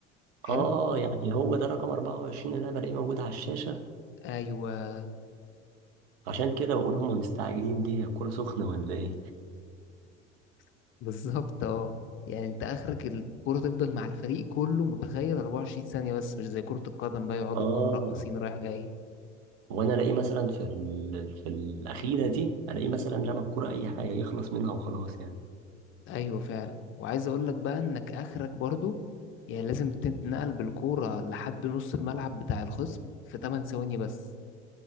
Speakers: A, on the left; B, on the right.
A: حلو
B: اه يعني هو ده رقم 24 اللي انا بلاقيه موجود على الشاشة
A: أيوه
B: عشان كده بقول هما مستعجلين دي هي الكورة سخنة ولا ايه
A: <laughs> بالظبط اه يعني انت آخرك الكرة تفضل مع الفريق كله متخيل 24 ثانية بس مش زي كرة القدم بقى يقعدوا
B: اه
A: بقى مرقصين رايح جاي
B: وانا الاقيه مثلا في ال... في الاخيرة دي الاقيه مثلا رمى الكورة اي حاجة يخلص منها وخلاص يعني
A: ايوه فعلا وعايز اقول لك بقى انك اخرك برضو يعني لازم تتنقل بالكوره لحد نص الملعب بتاع الخصم في 8 ثواني بس